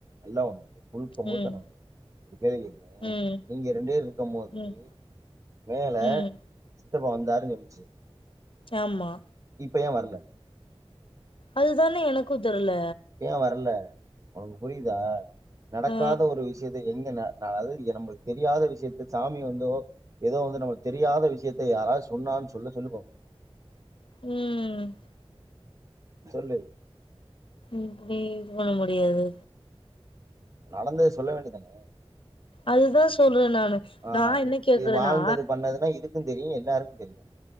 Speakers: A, on the right; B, on the left.
A: எல்லா ஒன்னு புல் போமோ
B: ம்
A: தரம்பு அப்டி கேள்வி கேக்றே
B: ம்
A: நீங்க ரெண்டேர் இருக்கும்போது
B: ம்
A: மேல
B: ம்
A: சித்தப்பு வந்தாருனு எப்டி சொ
B: ஆம்மா
A: இப்ப ஏ வர்ல
B: அதுதானே எனக்கு தெர்ல
A: ஏ வர்ல உனக்கு புரியுதா நடக்காத
B: ஆ
A: ஒரு விஷயத்தை எங்க நா அதாது இங்க நம்மளுக்கு தெரியாத விஷயத்து சாமி வந்தோ ஏதோ வந்து நம்மளுக்கு தெரியாத விஷயத்த யாராவது சொன்னான் சொல்ல சொல்லு பாப்போ
B: ம்
A: சொல்லு
B: இப்டி போட முடியாது
A: நடந்தது சொல்ல வேண்டியதானே
B: அதுதா சொல்ற நா
A: ஆ
B: என்ன கேக்குறேன்னா
A: இது வாழ்ந்தது பண்ணதுனா இது க்கும் தெரியு எல்லாருக்கு தெரியு